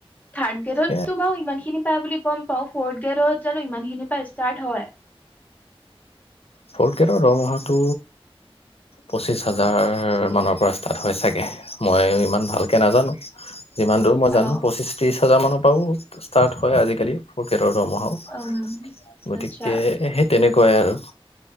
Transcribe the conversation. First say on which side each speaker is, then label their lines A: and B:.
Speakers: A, on the left (about 15°); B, on the left (about 75°).
A: থাৰ্ড গ্ৰেডতো
B: সেয়া
A: বাৰু ইমান খিনি পাই বুলি গম পাও ফৰ্থ গেডত জানো ইমান খিনিৰ পৰা ষ্টাৰ্ট হয়
B: ফৰ্থ গ্ৰেডৰ দৰমহাটো পঁচিশ হাজাৰ মানৰ পৰা ষ্টাৰ্ট হয় চাগে মই ইমান ভালকে নাজানো যিমান দূৰ মই
A: অ
B: জানো পঁচিশ ত্ৰিশ হাজাৰ মানৰ হয় ষ্টাৰ্ট হয় আজি কালি দৰমহাও
A: উম
B: গতিকে
A: আচ্ছা
B: সেই তেনে কয় আৰু